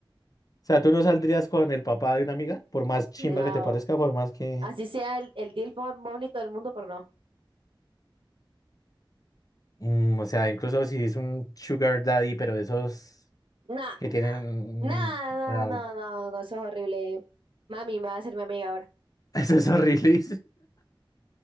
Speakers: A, on the left (about 45°); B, on the right (about 75°).
A: O sea, tú no saldrías con el papá de una amiga, por más chimba
B: No,
A: que te parezca, por más que,
B: así sea el, el deal más bonito del mundo, pero no.
A: mm, o sea, incluso si es un sugar daddy, pero esos
B: Nada,
A: que tienen,
B: nada,
A: mm, no,
B: nada, no, no, no, no, eso es horrible. Mami va a ser mi amiga ahora.
A: <laughs> eso es horrible.